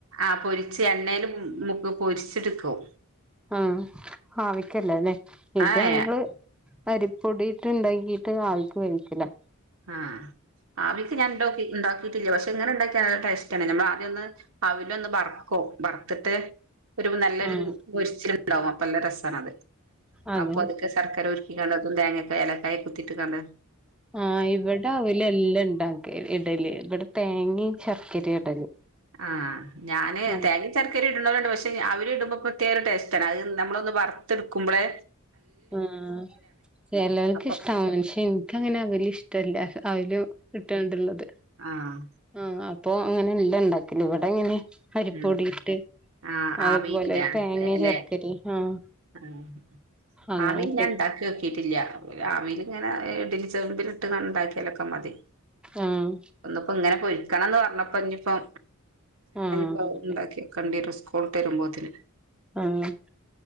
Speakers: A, on the right (about 70°); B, in the centre.
A: ആഹ് പൊരിച്ച് എണ്ണേൽ മുക്ക് പൊരിച്ചെട്ക്കും
B: ഉം ആവിക്കല്ലെ ലെ ഇത്
A: ഏഹ്
B: ഞങ്ങള് അരിപ്പൊടീട്ട് ഇണ്ടാക്കിട്ട് ആവിക്ക് വേവിക്കല
A: ഉം ആവിക്ക് ഞാൻണ്ടോ ഇണ്ടാക്കിയിട്ടില്ല പക്ഷേ ഇങ്ങനെ ഇണ്ടാക്കിയ നല്ല ടേസ്റ്റ് ആണ് ഞമ്മൾ ആദ്യം ഒന്ന് അവിലൊന്ന് വറുക്കും വറുത്തിട്ട് ഒരു നല്ലൊരു
B: ആഹ്
A: പൊരിച്ചിട്ടുണ്ടാവും അപ്പ നല്ല രസാണ് അത്
B: അതെ
A: അപ്പത് ക്കെ ശർക്കര ഉരുക്കിങ്ങാണ്ട് അ <unintelligible> തേങ്ങ ഏലക്കായ് കുത്തിയിട്ട് കാണ്ട്
B: ആഹ് ഇവ്ടെ അവലല്ല ഇണ്ടാക്ക ഇടല് ഇവ്ടെ തേങ്ങിം ശർക്കര ഇടല്
A: ആഹ് ഞാന്
B: ആഹ്
A: തേങ്ങ ചർക്കര ഇടുന്നോല്ണ്ട് പക്ഷെ അവര് ഇടുമ്പോ പ്രേത്യേകടേസ്റ്റാണ് അത് നമ്മളൊന്ന് വർത്തെടുക്കുമ്പളെ
B: ആഹ് ചെലോർക്ക്
A: അപ്പൊ
B: ഇഷ്ട്ടാ ക്ഷേ ഇൻ ക്ക് അങ്ങനെ അവല് ഇഷ്ട്ടല്ല അവല് ഇട്ടാണ്ട് ഇള്ളത്
A: ആഹ്
B: ആഹ് അപ്പൊ അങ്ങനെല്ല ഇണ്ടാക്കല് ഇവട ഇങ്ങനെ അരിപ്പൊടിയിട്ട്
A: ഉം ആഹ്
B: അത്
A: ആവിലില്ലേ
B: പോലെ തേങ്ങിം
A: അല്ലെ
B: ശർക്കരേം ആഹ്
A: ആഹ്
B: അങ്ങനെയൊക്കെ
A: ആവി ഞാൻ ഇണ്ടാക്കി നോക്കിട്ടില്ല രാവിലെ ഇങ്ങനെ ഇഡലി ചെമ്പ്ലിട്ട് കാണ്ട് ഇടാക്കിലൊക്കെ മതി
B: ആഹ്
A: ഇപ്പ ഇങ്ങനെ പൊരിക്കണം പറഞ്ഞപ്പ ഇഞ്ഞ് ഇപ്പം
B: ആഹ്
A: ഇപ്പം ഇണ്ടാക്കിക്കെണ്ടിരും സ്കൂൾട്ട് രുമ്പോത്തിന്
B: ആഹ്